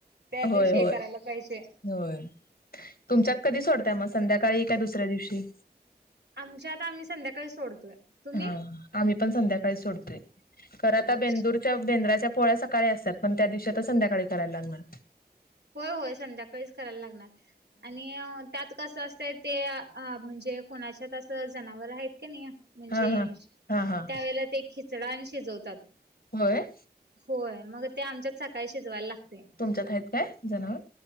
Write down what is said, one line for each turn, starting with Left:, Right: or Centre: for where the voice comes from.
Right: त्या दिवशी
Left: होय होय
Right: हे करायला पाहिजे
Left: होय तुमच्यात कधी सोडताय मग संध्याकाळी का दुसऱ्या दिवशी
Right: आमच्यात आम्ही संध्याकाळीच सोडतोय तुम्ही
Left: हा आम्ही पण संध्याकाळी सोडतोय खर
Right: होय
Left: आता बेंदूरच्या बेंद्राच्या पोळ्या सकाळी असत्यात पण त्या दिवशी आ ता संध्याकाळी करायला लागणार
Right: होय होय संध्याकाळीच करायला लागणार आणि त्यात कसं असतंय ते आ म्हणजे जे कोणाच्यात असं जनावर आहेत कणी म्हणजे
Left: हा हा हा हा
Right: त्यावेेळेला ते खिचडा आणि शिजवतात
Left: होय
Right: होय मग ते आमच्यात सकाळी शिजवायला लातते
Left: तुमच्यात हाईत काय जनावर